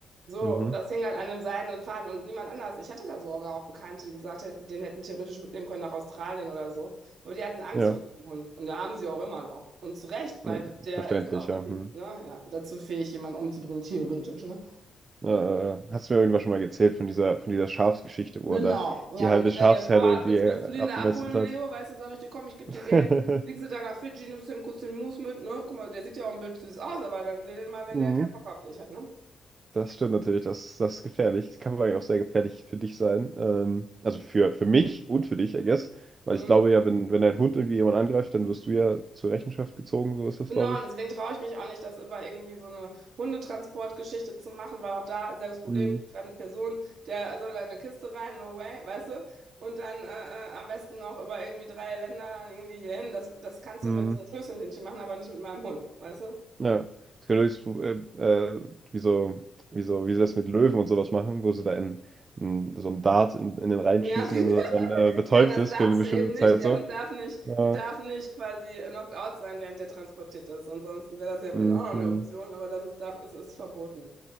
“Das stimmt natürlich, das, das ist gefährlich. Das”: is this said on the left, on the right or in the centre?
Right